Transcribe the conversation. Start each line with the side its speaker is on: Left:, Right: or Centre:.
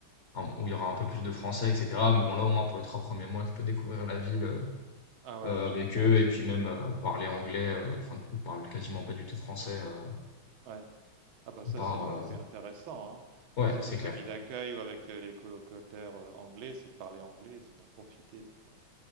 Left: un- où il y aura un peu plus de français, etc. Mais bon, là, au moins, pour les trois premiers mois, je peux découvrir la ville, euh,
Right: Ah ouais,
Left: euh,
Right: ouais,
Left: avec
Right: non,
Left: eux
Right: c'est
Left: et puis
Right: c'est
Left: même,
Right: bien.
Left: euh, parler anglais.
Right: Mm.
Left: euh, Enfin, du coup, je parle quasiment pas du tout français, euh,
Right: Ouais. Ah bah ça
Left: à part,
Right: c'est le
Left: euh,
Right: côté intéressant, hein.
Left: ouais,
Right: Que ce
Left: c'est
Right: soit famille
Left: clair.
Right: d'accueil ou avec euh, les colocataires euh, anglais, c'est de parler anglais, c'est d'en profiter pour, euh,